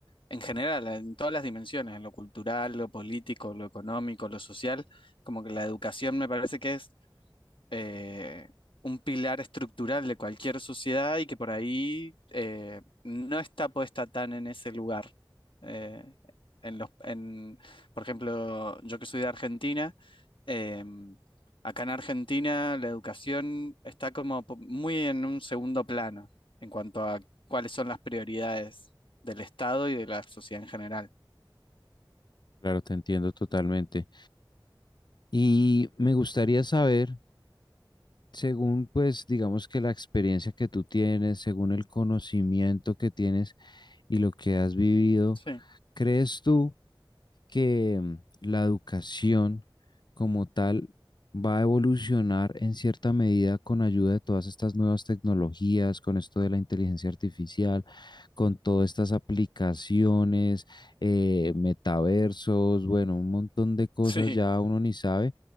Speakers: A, on the left (about 85°); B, on the left (about 60°).
A: en general, en todas las dimensiones, en lo cultural, lo político, lo económico, lo social, como que la educación me parece que es eh, un pilar estructural de cualquier sociedad y que por ahí eh, no está puesta tan en ese lugar. Eh, en los, en, por ejemplo, yo que soy de Argentina, em, acá en Argentina la educación está como po- muy en un segundo plano en cuanto a cuáles son las prioridades del Estado y de la sociedad en general.
B: Claro, te entiendo totalmente. Y me gustaría saber, según pues digamos que la experiencia que tú tienes, según el conocimiento que tienes y lo que has vivido,
A: Sí,
B: ¿crees tú? que mm, la educación como tal va a evolucionar en cierta medida con ayuda de todas estas nuevas tecnologías, con esto de la inteligencia artificial, con todas estas aplicaciones, eh, metaversos, bueno, un montón de cosas
A: <laughs> sí.
B: ya uno ni sabe.